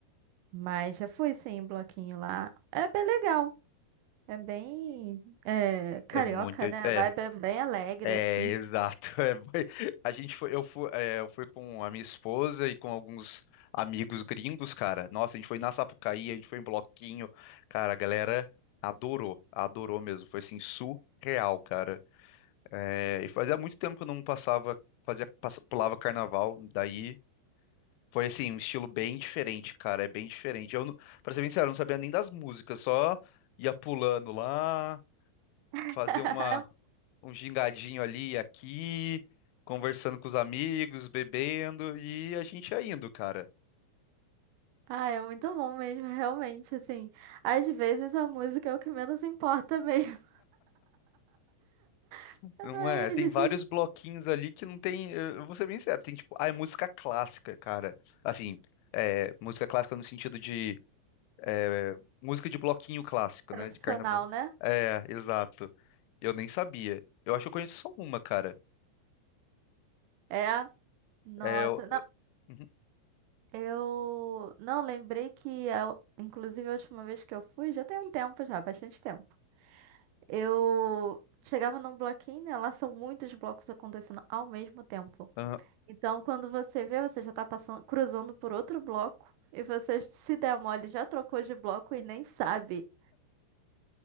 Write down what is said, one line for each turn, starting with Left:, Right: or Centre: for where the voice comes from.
Right: Mas já fui sim, em bloquinho lá. É bem legal. É bem é, carioca,
Left: É muito,
Right: né? A
Left: é,
Right: vibe é bem alegre,
Left: é,
Right: assim.
Left: exato. <laughs> É, foi- a gente foi, eu fui, é, eu fui com a minha esposa e com alguns amigos gringos, cara. Nossa, a gente foi na Sapucaí, a gente foi em bloquinho, cara. A galera adorou, adorou mesmo. Foi assim surreal, cara. É, e fazia muito tempo que eu não passava, fazia, passa- pulava carnaval, daí foi assim, um estilo bem diferente, cara, é bem diferente. Eu, não- pra ser bem sincero, eu não sabia nem das músicas, só ia pulando lá,
Right: <laughs>
Left: fazia uma, um gingadinho ali e aqui, conversando com os amigos, bebendo, e a gente ia indo, cara.
Right: Ah, é muito bom mesmo, realmente, assim. Às vezes a música é o que menos importa mesmo. <laughs> Ai,
Left: Não é,
Right: a
Left: tem
Right: gente...
Left: vários bloquinhos ali que não tem, eu vou ser bem sincero, tem tipo, ah, é música clássica, cara. Assim, é, música clássica no sentido de É, música de bloquinho clássico,
Right: Tradicional,
Left: né? De carnaval.
Right: né?
Left: É, exato. Eu nem sabia. Eu acho que eu conheço só uma, cara.
Right: É. Nossa,
Left: É, eu-
Right: não,
Left: Uhum.
Right: eu não lembrei que, eu- inclusive, a última vez que eu fui, já tem um tempo já, bastante tempo. Eu chegava num bloquinho, né? Lá são muitos blocos acontecendo ao mesmo tempo.
Left: Ah,
Right: Então, quando você vê, você já tá passando, cruzando por outro bloco e você se der mole, já trocou de bloco e nem sabe.